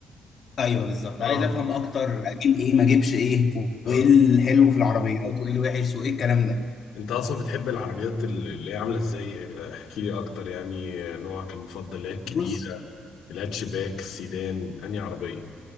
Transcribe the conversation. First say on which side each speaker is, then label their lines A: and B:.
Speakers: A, on the left (about 50°); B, on the left (about 75°).
A: أيوه بالظبط
B: اه
A: عايز أفهم أكتر أجيب إيه ما أجيبش إيه وإيه
B: اه
A: الحلو في العربيات وإيه الوحش وإيه الكلام ده
B: انت اصلا بتحب العربيات اللي هي عامله ازاي؟ احكي لي اكتر يعني نوعك المفضل اللي هي الكبيره
A: بص
B: الهاتشباك السيدان انهي عربيه؟